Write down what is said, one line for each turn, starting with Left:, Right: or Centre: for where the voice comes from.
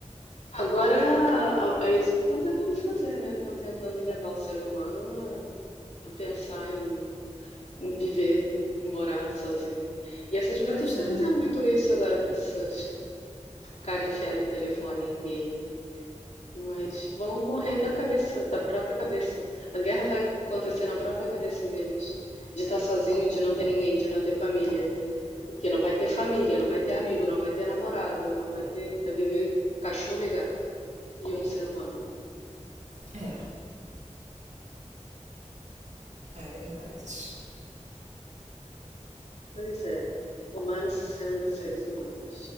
Left: Agora, a- é isso que estão tentando fazer, né? Estão tentando levar o ser humano a, a pensar em, em viver e morar sozinho. E essa juventude
Right: Pois
Left: está
Right: é,
Left: fazendo muito isso agora com essas cara enfiada em telefone, em game. Mas vão morrer da cabeça, da própria cabeça. A guerra vai acontecer na própria cabeça deles. De estar sozinho, de não ter ninguém, de não ter família. Porque não vai ter família, não vai ter amigo, não vai ter namorado, não vai ter. Vai viver cachorro e gato. E um ser humano.
Right: É, é verdade.
Left: Pois é, humanos sendo seres humanos.